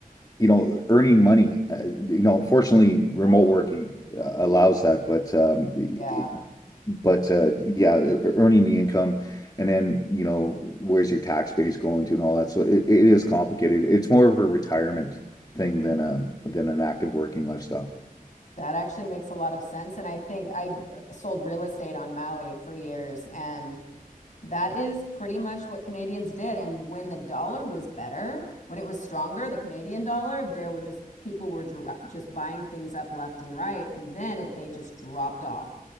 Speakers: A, on the left (about 25°); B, on the left (about 55°).
A: you know earning money. Uh, you know, fortunately, remote
B: Oh,
A: working uh, allows that, but um, it-
B: yeah,
A: but uh, yeah, e- e, earning the income, and then you know where's your tax base going to and all that. So it, it is complicated. It's more of a retirement thing than um than an active working lifestyle.
B: that actually makes a lot of sense. And I think I d- sold real estate on Maui for years, and That is pretty much what Canadians did. And when the dollar was better, when it was stronger, the Canadian dollar, there were just people were dro- just buying things up left and right. And then it, they just dropped off